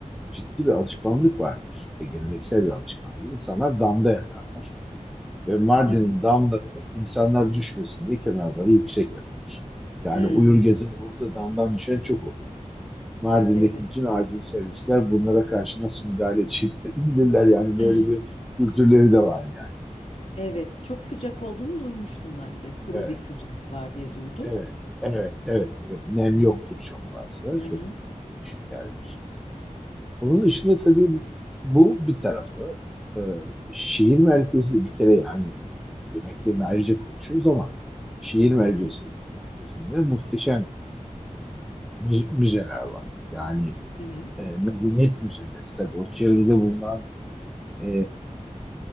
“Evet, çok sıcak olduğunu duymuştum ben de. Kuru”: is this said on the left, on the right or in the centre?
Left